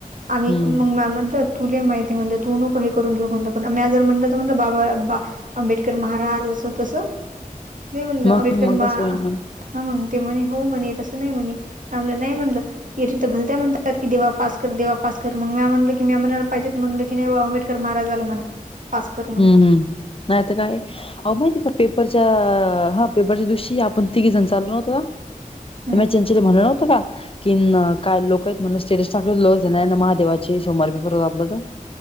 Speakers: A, on the right; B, on the left.
A: आम्ही
B: हम्म
A: मग म्या म्हटल तुला माहिती म्हणल तू नको हे करून घेऊ म्हणल. पण म्या जर म्हटल तर म्हणल बाबा बा आंबेडकर महाराज कस तस, नाही म्हणल आंबेडकर
B: मग मग
A: मा
B: कसं होईल मग
A: हा मग ते म्हणे, हो म्हणे तस नाही म्हणे. आमला नाही म्हणल. एरवी तर भलत्या म्हणतात की देवा पास कर. देवा पास कर. मग म्या म्हटल की म्या म्हणा पाहिजेत म्हणल की नाही आंबेडकर महाराजला म्हणा. पास कर म्हणून‌‌
B: हम्म हम्म नाही तर काय अहो माहिती आहे का? पेपरच्या हा पेपरच्या दिवशी आपण तिघे जण चाललो नव्हतो का
A: हम्म
B: म्या चंचली म्हणल नव्हत का. किन काय लोक आहेत म्हटल स्टेजेस टाकल होत लोहजण आहे ना महादेवाची सोमवारी पेपर होता आपल तर.